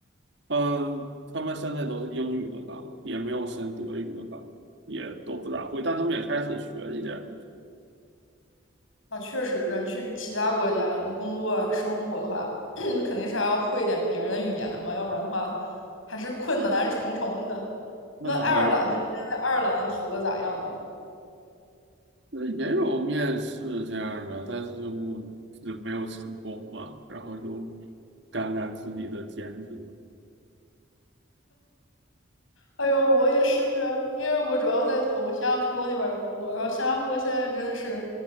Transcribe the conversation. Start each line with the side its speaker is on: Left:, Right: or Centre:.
Right: 嗯，他们现在都是英语的岗，也没有申德语的岗，也都不咋会，但他们也开始学一点儿
Left: 啊，确实，人去其他国家工作生活的话，<clears throat> 肯定是还要会一点别人的语言嘛，要不然的话还是困难重重的。
Right: 那咱们
Left: 那爱尔兰呢？你现在在爱尔兰投的咋样了？
Right: 那也有面试这样的，但是我就没有成功嘛，然后就干干自己的兼职。
Left: 哎呦，我也是啊，因为我主要在投新加坡那边的工作，然后新加坡现在真的是